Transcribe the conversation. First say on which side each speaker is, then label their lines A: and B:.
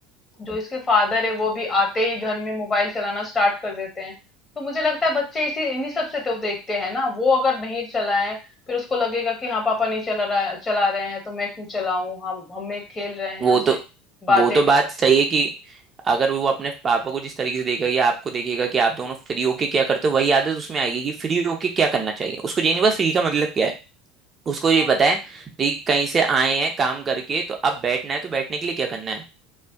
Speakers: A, on the left; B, on the right.
A: जो इसके फादर है वो भी आते ही घर में मोबाइल चलाना स्टार्ट कर देते हैं तो मुझे लगता है बच्चे इसी इन्हीं सबसे तो देखते हैं ना वो अगर नहीं चलाएं फिर उसको लगेगा कि हाँ पापा नहीं चला रहा चला रहे हैं तो मैं क्यों चलाऊं हम हमें खेल रहे हैं
B: वो
A: हमसे
B: तो
A: बातें
B: वो तो
A: कर
B: बात
A: रहे
B: सही
A: हैं
B: है कि अगर वो अपने पापा को जिस तरीके से देखेगा या आपको देखेगा कि आप दोनों फ्री होके क्या करते हो वही आदत उसमें आएगी कि फ्री होके क्या करना चाहिए उसको ये नहीं पता फ्री का मतलब क्या है उसको
A: हाँ,
B: ये पता है कि कहीं से आए हैं काम करके तो अब बैठना है तो बैठने के लिए क्या करना है